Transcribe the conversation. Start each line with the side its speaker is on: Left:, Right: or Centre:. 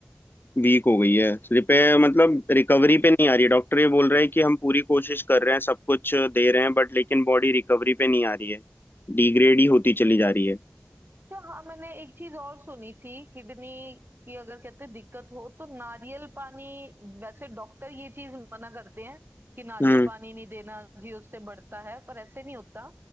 Left: वीक हो गई है रिपेयर मतलब रिकवरी पे नहीं आ रही है डॉक्टर ये बोल रहे हैं कि हम पूरी कोशिश कर रहे हैं सब कुछ दे रहे हैं बट लेकिन बॉडी रिकवरी पे नहीं आ रही है डिग्रेड ही होती चली जा रही है
Right: अच्छा हाँ मैंने एक चीज और सुनी थी किडनी की अगर कहते हैं दिक्कत हो तो नारियल पानी वैसे डॉक्टर ये चीज मना करते हैं कि नारियल
Left: हम्म
Right: पानी नहीं देना जी उससे बढ़ता है पर ऐसे नहीं होता